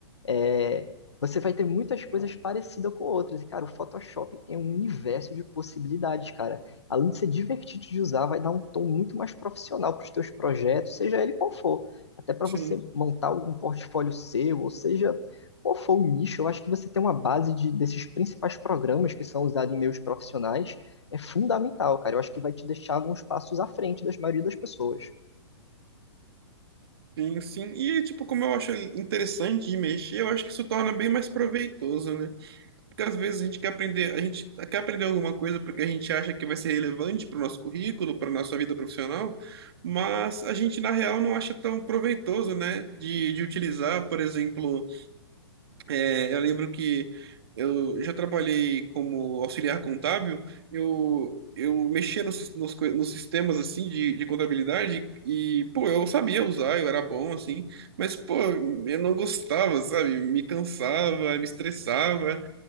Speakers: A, on the left; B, on the right.
A: é, você vai ter muitas coisas parecidas com outras. E, cara, o Photoshop é um universo de possibilidades, cara. Além de ser divertido de usar, vai dar um tom muito mais profissional para os teus projetos, seja ele qual for. Até para
B: sim,
A: você montar algum portfólio seu, ou seja, qual for o nicho, eu acho que você ter uma base de- desses principais programas que são usados em meios profissionais é fundamental, cara. Eu acho que vai te deixar alguns passos à frente das maioria das pessoas.
B: sim, sim. E, tipo, como eu acho interessante de mexer, eu acho que isso torna bem mais proveitoso, né? Porque às vezes a gente quer aprender, a gente quer aprender alguma coisa porque a gente acha que vai ser relevante para o nosso currículo, para a nossa vida profissional, mas a gente, na real, não acha tão proveitoso, né, de, de utilizar. Por exemplo, é, eu lembro que eu já trabalhei como auxiliar contábil, eu, eu mexia nos, sis- nos, coi- nos sistemas, assim, de, de contabilidade e, pô, eu sabia usar, eu era bom, assim, mas, pô, eu não gostava, sabe? Me cansava, me estressava.